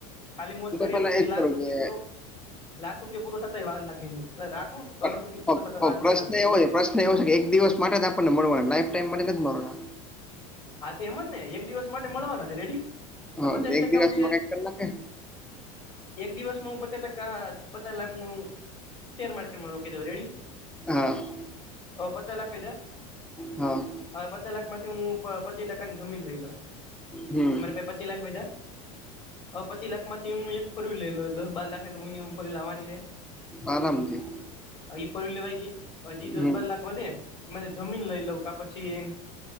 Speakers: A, on the left; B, in the centre.
A: ખાલી મોજ કરીએ
B: પેલા
A: તો
B: એજ
A: એ લાખ
B: કરું
A: રૂપિયા
B: કે
A: પૂરો લાખ રૂપિયો પૂરો થતાય વાર લાગે નહી એટલે રાખું કરોડ
B: પ-
A: રૂપિયા
B: પ-
A: પૂરો થતા
B: પ-
A: વાર
B: પ્રશ્ન
A: ના લાગે
B: એવો છે પ્રશ્ન એવો છે એક દિવસ માટે જ આપણને મળવા લાઈફ ટાઈમ માટે નથી મળવાના
A: હા તો એમ જ ને એક દિવસ માટે મળવાના છે રેડી તો
B: હા
A: પચાસ
B: એક
A: ટકા
B: દિવસમાં
A: હું છે
B: કઈક કરી નાખે
A: એક દિવસમાં હું પચા ટકા પચા લાખ ઉ શેર માર્કેટમાં રોકી દઉ રેડી
B: હા
A: અવે પચા લાખ વધ્યા
B: હા
A: અવે પચા લાખ માંથી હું પ પચી ટકાની જમીન લઈ લઉં
B: હમ
A: માર પાહે પચી લાખ વધ્યા અ પચી લાખમાંથી હું એક ફોર વ્હીલ લઈ લઉ દસ બાર લાખની તો મિનમમ ફોર વ્હીલ આવાની છે
B: આરામ થી
A: હ ફોર વ્હીલ લેવાઈ ગઈ હજી દસ
B: હમ
A: બાર લાખ વધે જમીન લઈ લઉ કા પછી